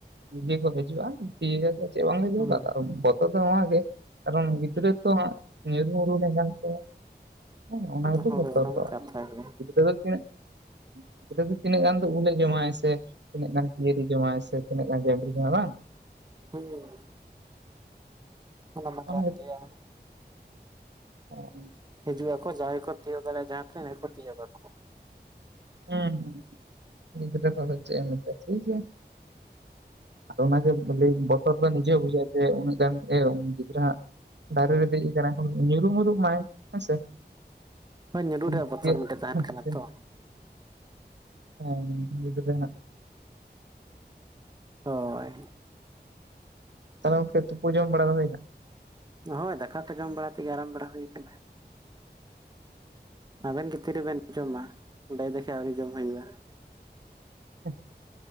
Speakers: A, on the right; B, on the right.
A: ᱱᱤᱡᱮ ᱠᱚ ᱦᱤᱡᱩᱜᱼᱟ᱾ ᱛᱤᱭᱩᱜᱟᱠᱚ ᱪᱮᱫ <unintelligible>
B: ᱦᱩᱸ
A: ᱵᱚᱛᱚᱨ ᱫᱚ ᱱᱚᱣᱟ ᱜᱮ ᱠᱟᱨᱚᱱ <unintelligible> ᱜᱤᱫᱽᱨᱟᱹ ᱛᱚ ᱧᱤᱨᱩ ᱢᱩᱨᱩ <unintelligible> ᱦᱮᱸ ᱚᱱᱟ ᱜᱮᱛᱚ
B: ᱦᱳᱭ
A: ᱵᱚᱛᱚᱨ
B: ᱚᱱᱟ
A: ᱫᱚ
B: ᱢᱟ ᱠᱟᱛᱷᱟ ᱜᱮ
A: ᱜᱤᱫᱽᱨᱟᱹ ᱫᱚ ᱛᱤᱱᱟᱹᱜ ᱜᱤᱫᱽᱨᱟᱹ ᱫᱚ ᱛᱤᱱᱟᱹᱜ ᱜᱟᱱ ᱫᱚ ᱩᱞᱮ ᱡᱚᱢᱟᱭ ᱥᱮ ᱛᱤᱱᱟᱹᱜ ᱜᱟᱱ ᱯᱤᱭᱟᱹᱨᱤ ᱡᱚᱢᱟᱭ ᱥᱮ ᱥᱮ ᱛᱤᱱᱟᱹᱜ ᱜᱟᱱ <unintelligible> ᱵᱟᱝ
B: ᱦᱮᱸ <unintelligible>
A: ᱚᱱᱟ ᱚ
B: ᱦᱤᱡᱩᱜ ᱟᱠᱚ ᱡᱟᱦᱟᱸᱭ ᱠᱚ ᱛᱤᱭᱳᱜ ᱫᱟᱲᱮᱭᱟᱜ ᱡᱟᱦᱟᱸ ᱤᱱᱟ ᱠᱚ ᱛᱤᱭᱳᱜᱟᱠᱚ᱾
A: ᱦᱮᱸ ᱦᱩᱸ ᱜᱤᱫᱽᱨᱟᱹ ᱫᱚ ᱟᱫᱚ ᱪᱮᱫ ᱮᱢ ᱢᱮᱛᱟᱭᱟ ᱴᱷᱤᱠ ᱜᱮᱭᱟ᱾ ᱟᱨ ᱚᱱᱟ ᱵᱚᱞᱮ ᱵᱚᱛᱚᱨ ᱫᱚ ᱱᱤᱡᱮ ᱵᱩᱡᱷᱟᱹᱜᱼᱟ ᱡᱮ ᱩᱱᱟᱹᱜ ᱜᱟᱱ <unintelligible> ᱫᱟᱨᱮ ᱨᱮ ᱫᱮᱡ ᱟᱠᱟᱱᱟ ᱮ ᱧᱩᱨᱩᱢ ᱦᱩᱨᱩᱜ ᱢᱟᱭ ᱦᱮᱸ ᱥᱮ
B: ᱦᱳᱭ ᱧᱩᱨᱩ
A: <unintelligible>
B: ᱨᱮᱭᱟᱜ ᱵᱚᱛᱚᱨ ᱢᱤᱫᱴᱮᱡ ᱛᱟᱦᱮᱱ ᱠᱟᱱᱟ ᱛᱚ
A: ᱦᱮᱸ ᱜᱤᱫᱽᱨᱟᱹ ᱦᱟᱸᱜ
B: ᱦᱳᱭ
A: ᱛᱟᱦᱚᱞᱮ ᱜᱚᱢᱠᱮ ᱛᱩᱯᱩ ᱡᱚᱢ ᱵᱟᱲᱟ ᱦᱩᱭᱱᱟ᱾
B: ᱦᱳᱭ ᱫᱟᱠᱟ ᱠᱚ ᱡᱚᱢ ᱵᱟᱲᱟ ᱛᱮᱜᱮ ᱟᱨᱟᱢ ᱵᱟᱲᱟ ᱦᱩᱭ ᱟᱠᱟᱱᱟ᱾ ᱟᱵᱮᱱ ᱜᱤ ᱛᱤ ᱨᱮᱵᱮᱱ ᱡᱚᱢᱟ ᱞᱟᱹᱭ ᱫᱟᱠᱤᱱ ᱟᱹᱣᱨᱤ ᱡᱚᱢ ᱦᱩᱭᱩᱜᱼᱟ᱾
A: <unintelligible>